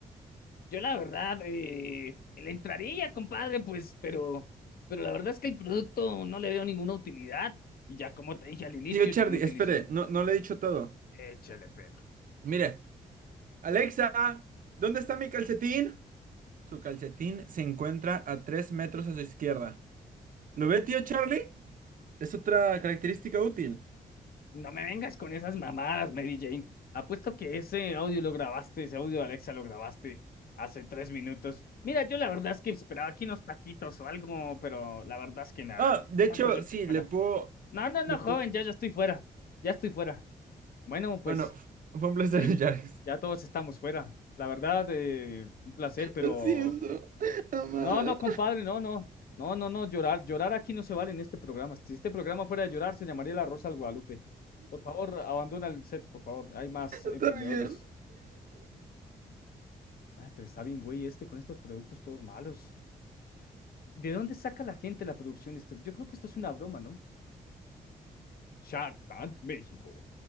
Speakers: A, on the left (about 60°); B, on the right (about 50°).
A: yo la verdad, eh, le entraría, compadre, pues, pero, pero la verdad es que el producto no le veo ninguna utilidad y ya como te dije al inicio,
B: Tío Charlie,
A: yo no utilizo.
B: espere, no, no le he dicho todo.
A: Échale, pero.
B: Mire, Alexa, ¿dónde está mi calcetín? Su calcetín se encuentra a 3 metros a su izquierda. ¿Lo ve, tío Charlie? Es otra característica útil.
A: No me vengas con esas mamadas, Mary Jane. Apuesto que ese audio lo grabaste, ese audio de Alexa lo grabaste hace tres minutos. Mira, yo la verdad es que esperaba aquí unos taquitos o algo, pero la verdad es que nada,
B: Ah, de hecho,
A: tanto yo estoy
B: sí,
A: fuera.
B: le puedo...
A: No, no, no,
B: Le puedo...
A: joven, ya, ya estoy fuera, ya estoy fuera. Bueno, pues
B: Bueno, f- fue un placer,
A: que
B: <laughs> Charles.
A: ya todos estamos fuera. La verdad, eh, un placer, pero
B: Lo siento, amada.
A: no, no, compadre, no, no. No, no, no, llorar, llorar aquí no se vale en este programa. Si este programa fuera de llorar, se llamaría La Rosa al Guadalupe. Por favor, abandona el set, por favor. Hay más emprendedores.
B: Está bien.
A: Ay, pero está bien, güey, este con estos productos todos malos. ¿De dónde saca la gente la producción? Esto, yo creo que esto es una broma, ¿no? Shark Tank México.